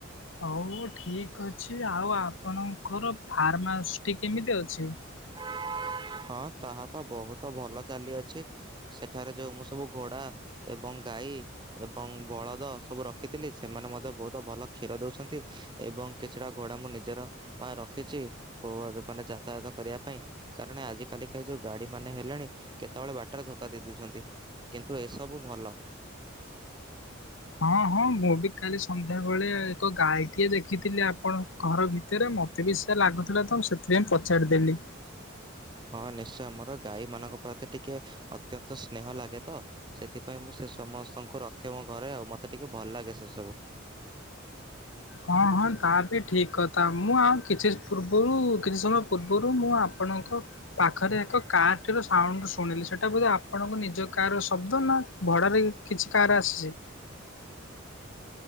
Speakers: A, on the left; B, on the right.
A: ହଉ ଠିକ ଅଛି ଆଉ ଆପଣଙ୍କର ଫାର୍ମହାଉସ ଟି କେମିତି ଅଛି?
B: ହୁଁ ହଁ ତାହା ତ ବହୁତ ଭଲ ଚାଲି ଅଛି ସେଠାରେ ଯୋଉ ମୁଁ ସବୁ ଘୋଡା ଏବଂ ଗାଈ ଏବଂ ବଳଦ ସବୁ ରଖିଥିଲି ସେମାନେ ମଧ୍ୟ ବହୁତ ଭଲ କ୍ଷୀର ଦଉଛନ୍ତି ଏବଂ ଏବଂ କିଛିଟା ଘୋଡ଼ା ମୁଁ ନିଜର ପାଇଁ ରଖିଛି ମାନେ ଯାତାୟାତ କରିବା ପାଇଁ କାରଣ ଆଜିକାଲିକା ଏ ଯୋଉ ଗାଡି ମାନେ ହେଲେଣି କେତେବେଳେ ବାଟରେ ଧୋକା ଦେଇଦଉଛନ୍ତି କିନ୍ତୁ ଏସବୁ ଭ ଭଲ।
A: ହଁ ହଁ ମୁଁ ବି କାଲି ସନ୍ଧ୍ୟାବେେଳେ ଏକ ଗାଈଟିଏ ଦେଖିଥିଲି ଆପଣଙ୍କ ଘର ଭିତରେ ମତେ ବି ସେୟା ଲାଗୁଥିଲା ତ ମୁଁ ସେଥିପାଇଁ ପଚାରିଦେଲି।
B: ହ ହଁ ନିଶ୍ଚୟ ମୋର ଗାଈମାନଙ୍କ ପ୍ରତି ଟିକେ ଅତ୍ୟନ୍ତ ସ୍ନେହଁ ଲାଗେ ତ ସେଥିପାଇଁ ମୁଁ ସେ ସମସ୍ତଙ୍କୁ ରଖେ ମୋ ଘରେ ଆଉ ମୋତେ ଟିକେ ଭଲ ଲାଗେ ସେସବୁ
A: ହଁ ହଁ ତା ବି ଠିକ କଥା ମୁଁ ଆଉ କିଛି ପୂର୍ବରୁ କିଛି ସମୟ ପୂର୍ବରୁ ମୁଁ ଆପ ଆପଣଙ୍କ ପାଖରେ ଏକ କାର୍ ଟି ର ସାଉଣ୍ଡ ଶୁଣିଲି ସେଟା ବୋଧେ ଆପଣଙ୍କ ନିଜ କାର ର ଶବ୍ଦ ନା ଭଡାରେ କିଛି କାର ଆସିଛି।
B: ହ